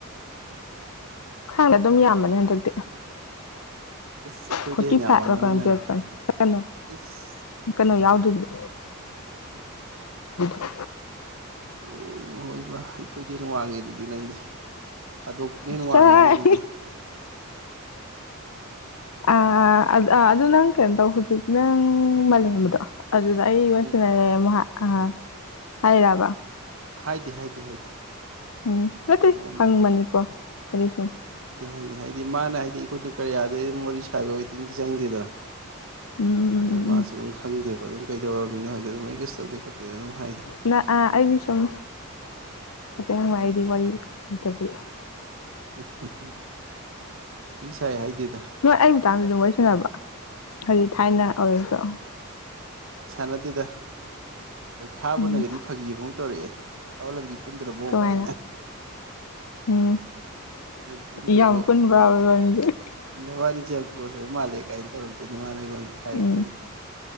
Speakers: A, on the left (about 85°); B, on the right (about 60°).
A: ꯈꯪꯗꯦ ꯑꯗꯨꯝ ꯌꯥꯝꯕꯅꯦ ꯑꯗꯨꯗꯤ
B: ꯑꯁ ꯑꯩꯈꯣꯏꯗ
A: ꯐꯣꯔꯇꯤ
B: ꯍꯦꯟꯅ ꯌꯥꯝꯃꯝꯃꯅꯤ
A: ꯐꯥꯏꯚ ꯂ ꯀꯩꯅꫭꯝ
B: ꯅꯪꯅ
A: ꯄꯤꯔꯛꯄꯅꯤ ꯀꯩꯅꯣ
B: ꯏꯁ
A: ꯀꯩꯅꯣ ꯌꯥꯎꯗ ꯇ <inaudible>
B: ꯍꯣꯏꯕ ꯍ ꯑꯣꯏꯕ ꯑꯩꯈꯣꯏꯗꯤ ꯍ ꯋꯥꯡꯉꯦ ꯑꯗꯨꯗꯤ ꯅꯪꯗꯤ ꯊꯥꯗꯣꯛꯄꯅ
A: ꯁꯥꯔ
B: ꯍꯦ ꯋꯥꯡꯉꯦꯅꯦ ꯑꯗꯨꯗꯤ
A: ꯑꯥ ꯑꯗꯨ ꯅꯪ ꯀꯩꯅꯣ ꯇꯧ ꯍꯧꯖꯤꯛ ꯅꯪ ꯃꯥꯂꯦꯝꯝꯕꯗꯣ ꯑꯗꯨꯗ ꯑꯩ ꯋꯥꯔꯤꯁꯤꯅꯔꯦ
B: ꯎꯝ
A: ꯃꯍꯥꯛ ꯑ ꯍꯥꯏꯔꯥꯕ
B: ꯍꯥꯏꯗꯦ ꯍꯥꯏꯗꯦ ꯍꯥꯏꯗꯦ
A: ꯎꯝ ꯅꯠꯇꯦ
B: ꯅꯣ ꯅꯣ
A: ꯍꯪꯕꯅꯤ ꯀꯣ ꯀꯔꯤꯁꯨ
B: ꯀ ꯍꯥꯏꯅꯤ ꯍꯥꯏꯗꯤ ꯃꯥꯅ ꯍꯥꯏꯗꯤ ꯑꯩꯈꯣꯏꯅ ꯀꯔꯤꯌꯥꯗꯩ ꯑꯗꯨꯝ ꯋꯥꯔꯤ ꯁꯥꯖ ꯋꯦꯇꯤꯡꯗꯤ ꯆꯪꯗꯦꯗꯅ
A: ꯎꯝ ꯎꯝ
B: ꯑꯗꯨꯗ
A: ꯎꯝ ꯎꯝ
B: ꯃꯥꯁꯨ
A: ꯎꯝ
B: ꯑꯗꯨ ꯑꯗꯨꯝ ꯈꯪꯗꯦꯕ ꯑꯗꯨꯝ ꯀꯩꯗꯧꯔ ꯃꯤꯅ ꫭꯍꯥꯏꯕꯗ ꯑꯗꯨꯝ ꯑꯩ ꯀꯩꯁꯨ ꯇꯧꯗꯦ ꯈꯣꯠꯇꯦ ꯑꯗꯨꯝ ꯍꯥꯏꯗ
A: ꯅ ꯑꯥ ꯑꯩꯗꯤ ꯁꯨꯝ ꯍꯥꯏꯐꯦꯠ ꯍꯪꯕ ꯑꯩꯗꯤ ꯋꯥꯔꯤ ꯏꯠꯇꯕꯨ
B: ꯎꯝ ꯋꯥꯔꯤ ꯁꯥꯏ ꯍꯥꯏꯗꯦ
A: ꯅꯣꯏ ꯑꯩ ꯃꯇꯥꯡꯁ ꯑꯗꯨꯝ ꯋꯥꯔꯤꯁꯤꯟꯅꯅꯕ ꯍꯥꯏꯗꯤ ꯊꯥꯏꯅ ꯑꯣꯏꯔꯁꯨ
B: ꯁꯅꯗꯤꯗ ꯈꯥꯕꯅꯒꯗꯤ
A: ꯎꯝ
B: ꯐꯥꯒꯤꯕꯧ ꯇꯧꯔꯛꯑꯦ ꯁꯧꯂꯕꯤ ꯄꯨꯟꯗ꯭ꯔꯕꯣ
A: ꯀꯃꯥꯏꯅ
B: ꯀꯥꯏꯅ
A: ꯎꯝ
B: ꯄꯨꯟꯗ꯭ꯔꯕꯣ
A: ꯌꯥꯝ ꯄꯨꯟꯕ꯭ꯔꯥꯕ ꯏꯕꯥꯅꯤꯁꯦ
B: ꯅꯕꯥꯅꯤꯁꯦ ꯌꯥꯝ ꯀ꯭ꯂꯣꯖ ꯑꯣꯏꯕ ꯃꯥꯜꯂꯦ ꯀꯥꯏꯅ ꯇꯧꯔꯛꯇꯣꯏꯅꯦ ꯃꯥꯅ ꯑꯩꯉꯣꯟꯗ ꯈꯥꯏꯔꯛꯇꯣꯏꯅꯦ
A: ꯎꯝ